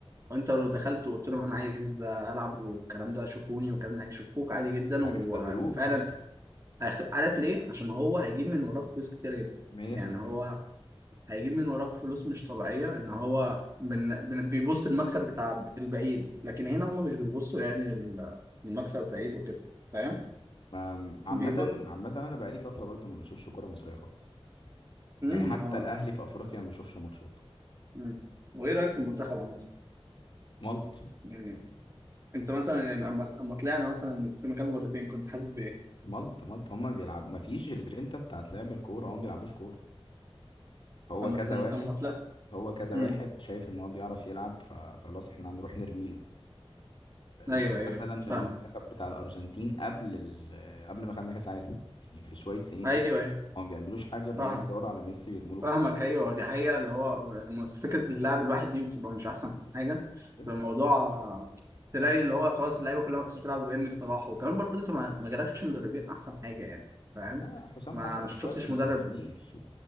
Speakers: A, on the right; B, on the left.
A: وانت لو دخلت وقلت لهم انا عايز العب والكلام ده شوفوني والكلام ده هيشوفوك عادي جدا
B: هيختبروك
A: وه- وفعلا
B: حصل
A: هيختفي عارف ليه؟ عشان هو هيجيب من وراك فلوس كتيرة جدا
B: 100%
A: يعني هو هيجيب من وراك فلوس مش طبيعية ان هو بن... بن... بيبص المكسب بتاع البعيد لكن هنا هما مش بيبصوا يعني لل- المكسب البعيد وكده فاهم؟
B: ما- عامة
A: بيب...
B: عامة انا بقالي فترة برضو ما بشوفش كورة مصرية خالص
A: مم،
B: يعني حتى
A: آه،
B: الاهلي في افريقيا ما بشوفش ماتشاته
A: مم. وايه رأيك في المنتخب عامة؟
B: مالط
A: يعني انت مثلا يعني اما اما طلعنا مثلا من السنغال مرتين كنت حاسس بايه؟
B: مالط مالط هما بيلعبوا ما فيش الجرينتا بتاعت لعب الكوره هما ما بيلعبوش كوره هو
A: اما
B: كذا
A: السن...
B: واحد
A: اما طلع
B: هو كذا
A: مم.
B: واحد شايف ان هو بيعرف يلعب فخلاص احنا هنروح نرميله زي
A: ايوه ايوه
B: مثلا المنتخب
A: فاهم
B: بتاع الارجنتين قبل ال... قبل ما خدنا كاس عالم يعني في شويه سنين
A: ايوه
B: قد
A: ايوه
B: هما ما بيعملوش حاجه غير ان
A: فاهم
B: هما بيدوروا على ميسي ويرموا له
A: فاهمك
B: الكوره
A: ايوه دي حقيقه اللي هو فكره اللاعب الواحد دي بتبقى مش احسن حاجه
B: بس
A: بيبقى الموضوع تلاقي اللي هو خلاص اللعيبه كلها اصلا بتلعب بارمي صلاح وكمان برضه انت ما ما جالكش مدربين احسن حاجه يعني فاهم
B: آه حسام
A: ما
B: حسن
A: ما شفتش
B: دلوقتي
A: مدرب
B: جميل